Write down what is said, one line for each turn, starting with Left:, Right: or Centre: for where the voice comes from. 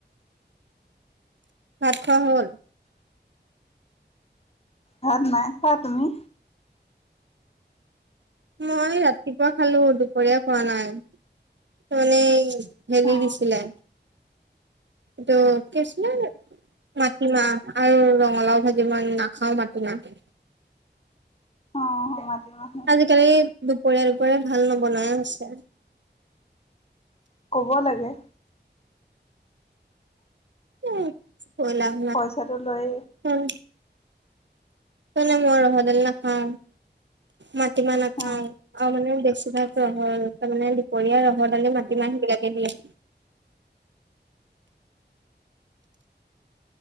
Right: ভাত খোৱা হ'ল?
Left: ভাত নাই খোৱা, তুমি?
Right: মই ৰাতিপুৱা খালো, দুপৰীয়া খোৱা নাই। মানে ভেনি
Left: অ
Right: দিছিলে, ত' কি আছিলে মাটিমাহ আৰু ৰঙালাও ভাজি, মই নাখাও মাটিমাহ।
Left: অ মাতিমাহ
Right: আজিকালি দুপৰীয়া দুপৰীয়া ভাত নবনাই হৈছে,
Left: ক'ব লাগে।
Right: এই কৈ লাভ
Left: পইচাটো লৈ
Right: উম মানে মই ৰহডালি নাখাওঁ, মাটিমাহ নাখাওঁ,
Left: অ
Right: অ মানে বেছিভাগ কোৱা হ'ল, তাৰ মানে দুপৰীয়া ৰহডালি, মাটিমাহ এই বিলাকে দিয়ে।